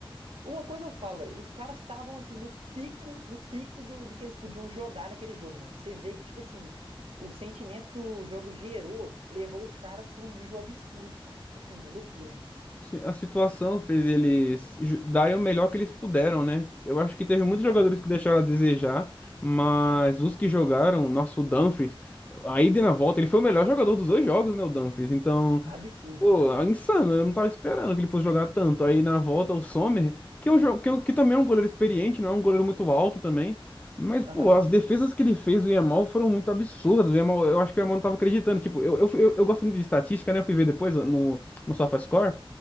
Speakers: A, on the right; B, on the left.
A: Uma coisa eu falo, velho, os caras estavam assim no pico, no pico do, do que eles podiam jogar naquele jogo, mano. Você vê que, tipo assim, o sentimento que o jogo gerou levou os caras pra um nível absurdo, cara. Assim, é loucura, mano.
B: sim, A situação fez eles ju- darem o melhor que eles puderam, né? Eu acho que teve
A: Sim,
B: muitos
A: cara.
B: jogadores que deixaram a desejar, mas os que jogaram, nosso Dumfries, aí de na volta, ele foi o melhor jogador dos dois jogos, né, o Dumfries. Então,
A: Absurdo.
B: Pô, é insano, eu não tava esperando que ele fosse jogar tanto. Aí na volta o Sommer, que, é um, jo- que, é um- que também é um goleiro experiente, não é um goleiro muito alto também. Mas,
A: Aham.
B: pô, as defesas que ele fez do Yamal foram muito absurdas. O Yamal, eu acho que o Yamal não tava acreditando. Tipo, eu, eu, fui- eu, eu gosto muito de estatística, né? Eu fui ver depois no, no SofaScore.